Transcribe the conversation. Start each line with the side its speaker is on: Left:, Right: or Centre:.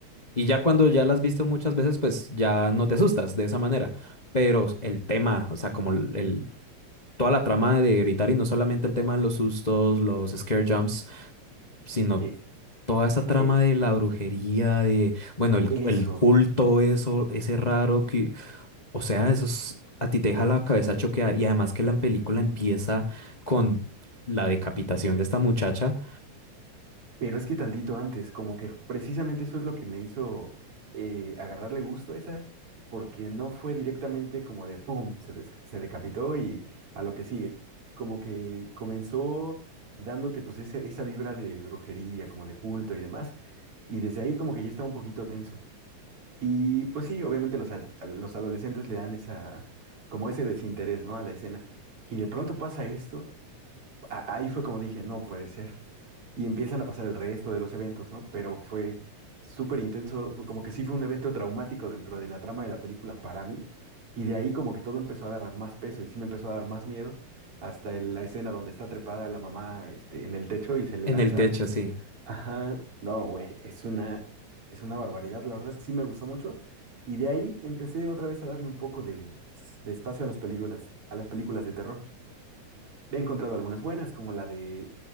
Left: Y ya cuando ya la has visto muchas veces, pues ya no te asustas de esa manera. Pero el tema, o sea, como el, toda la trama de Hereditary, no solamente el tema de los sustos, los scare jumps, sino
Right: sí.
Left: toda esa trama
Right: E-
Left: de la brujería, de, bueno, el,
Right: eso.
Left: el culto, eso, ese raro que, o sea, eso es- a ti te deja la cabeza choqueada. Y además que la película empieza con la decapitación de esta muchacha
Right: Pero es que tantito antes, como que precisamente eso es lo que me hizo eh, agarrarle gusto a esa, porque no fue directamente como de ¡pum! Se, des- se decapitó y a lo que sigue. Como que comenzó dándote pues esa, esa vibra de brujería, como de culto y demás, y desde ahí como que ya estaba un poquito tenso. Y pues sí, obviamente los, ad- los adolescentes le dan esa, como ese desinterés, ¿no? A la escena. Y de pronto pasa esto a- ahí fue como dije, no puede ser. Y empiezan a pasar el resto de los eventos, ¿no? Pero fue súper intenso, fue como que sí fue un evento traumático dentro de la trama de la película para mí. Y de ahí como que todo empezó a agarrar más peso y sí me empezó a dar más miedo hasta el- la escena donde está trepada la mamá este, en el techo y se le
Left: en
Right: lanza.
Left: el techo, sí.
Right: Ajá, no, güey, es una, es una barbaridad, la verdad sí me gustó mucho. Y de ahí empecé otra vez a darle un poco de, de espacio a las películas, a las películas de terror. He encontrado algunas buenas, como la de,